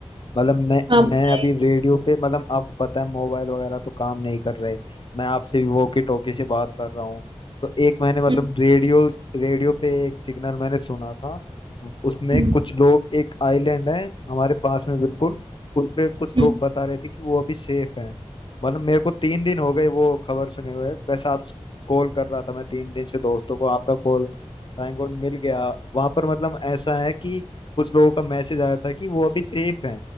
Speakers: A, on the left; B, on the right.
A: मतलब मैं
B: आप बताइए
A: मैं अभी रेडियो पे मतलब आपको पता है मोबाइल वगैरह तो काम नहीं कर रहे मैं आपसे भी वॉकी टॉकी से बात कर रहा हूँ तो एक मैंने मतलब
B: हम्म,
A: रेडियो रेडियो पे एक सिग्नल मैंने सुना था उसमें
B: हम्म,
A: कुछ लोग एक आइलैंड है हमारे पास में बिल्कुल उस पे कुछ
B: हम्म।
A: लोग बता रहे थे कि वो अभी सेफ हैं मतलब मेरे को तीन दिन हो गए वो खबर सुने हुए वैसे आप कॉल कर रहा था मैं तीन दिन से दोस्तों को आपका कॉल थैंक गॉड मिल गया वहां पर मतलब ऐसा है कि कुछ लोगों का मैसेज आया था कि वो अभी सेफ है